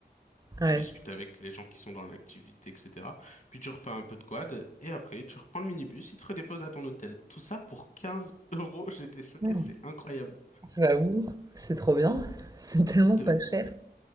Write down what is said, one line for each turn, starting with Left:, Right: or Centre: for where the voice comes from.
Right: ouais.
Left: tu discutes avec les gens qui sont dans l'activité, etc. Puis tu refais un peu de quad, et après, tu reprends le minibus, il te redépose à ton hôtel. Tout ça pour 15 <laughs> euros, j'étais choqué,
Right: Hmm,
Left: c'est incroyable.
Right: J'avoue, c'est trop bien, <laughs> c'est tellement
Left: De
Right: pas cher.
Left: ouf.